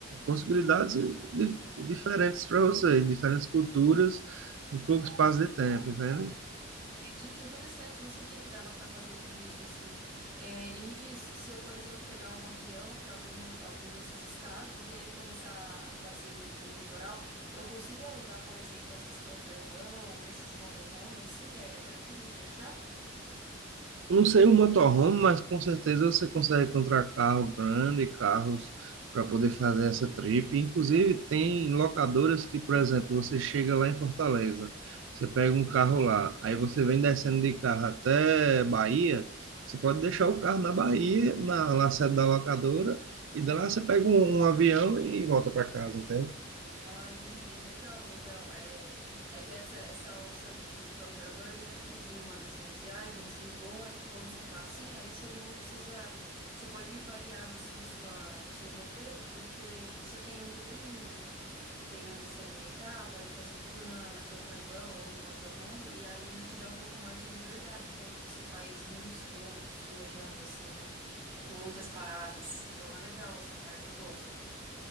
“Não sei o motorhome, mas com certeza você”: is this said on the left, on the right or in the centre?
Right